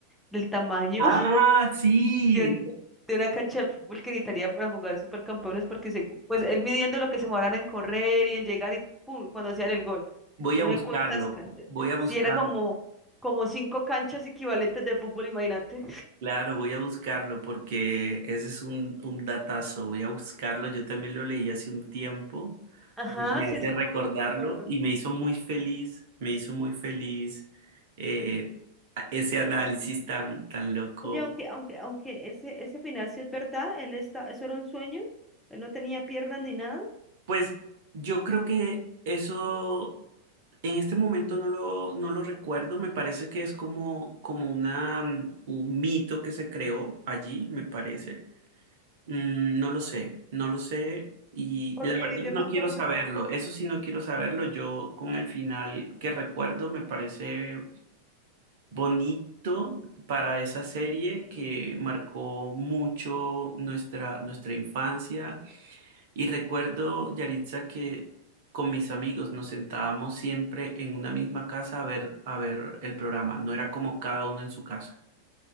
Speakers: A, in the centre; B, on the right (about 50°).
A: del tamaño
B: Ah, sí,
A: de, un- de una cancha de fútbol que necesitaría para jugar supercampeones, porque se- pues él midiendo lo que se demoraran en correr y en llegar y pum, cuando hacían el gol.
B: voy
A: Yo
B: a
A: no
B: buscarlo,
A: sé cuántas canchas.
B: voy a buscarlo,
A: Si eran como, como cinco canchas equivalentes de fútbol, imagínate.
B: claro, voy a buscarlo porque ese es un, un datazo, voy a buscarlo, yo también lo leí hace un tiempo,
A: Ajá,
B: me me
A: sí,
B: hace
A: sí,
B: recordarlo
A: más o menos me acuerdo.
B: y me hizo muy feliz, me hizo muy feliz eh, ese análisis tan, tan loco.
A: Oye, aunque, aunque, aunque ese, ese final sí es verdad, él está, eso era un sueño, él no tenía piernas ni nada,
B: Pues yo creo que eso En este momento no lo, no lo recuerdo, me parece que es como, como una, mm, un mito que se creó allí, me parece. Mm, no lo sé, no lo sé y
A: porque
B: la verdad
A: yo
B: no
A: me acuerdo
B: quiero saberlo, eso sí no quiero saberlo, yo con el final que recuerdo me parece bonito para esa serie que marcó mucho nuestra, nuestra infancia y recuerdo, Yaritza, que con mis amigos nos sentábamos siempre en una misma casa a ver, a ver el programa. No era como cada uno en su casa.